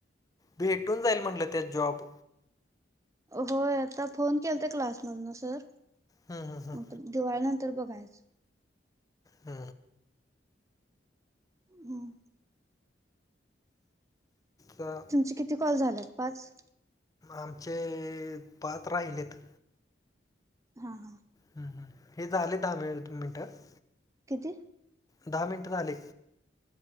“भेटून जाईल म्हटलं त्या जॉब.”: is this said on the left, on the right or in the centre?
Left